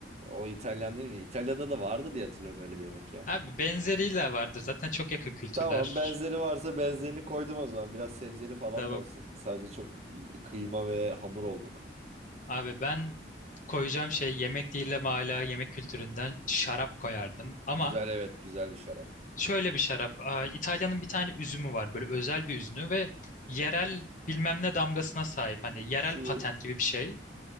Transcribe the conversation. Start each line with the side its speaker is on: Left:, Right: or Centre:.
Right: o İtalyan değil mi? İtalya'da da vardı diye hatırlıyorum öyle bir yemek ya.
Left: Abi benzeriyle vardır. Zaten çok yakın kültürler.
Right: Tamam benzeri varsa benzerini koydum o zaman. Biraz sebzeli falan
Left: Tamam.
Right: da olsun. Sadece çok kıyma ve hamur olduk.
Left: Abi ben koyacağım şey yemek değil ama hala yemek kültüründen şarap koyardım. Ama
Right: Güzel evet güzel bir şarap.
Left: şöyle bir şarap. aa, İtalya'nın bir tane üzümü var. Böyle özel bir üzümü ve yerel bilmem ne damgasına sahip. Hani yerel
Right: Şu
Left: patent gibi bir şey.